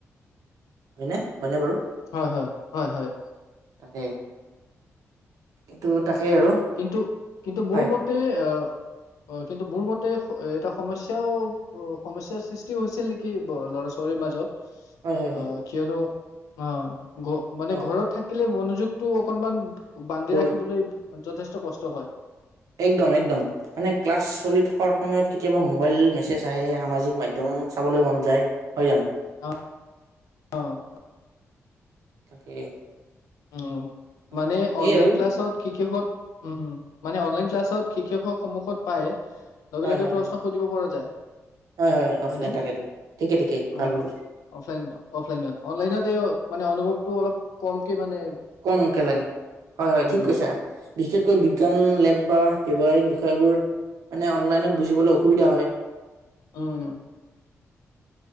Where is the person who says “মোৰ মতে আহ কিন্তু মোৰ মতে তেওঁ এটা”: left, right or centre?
Left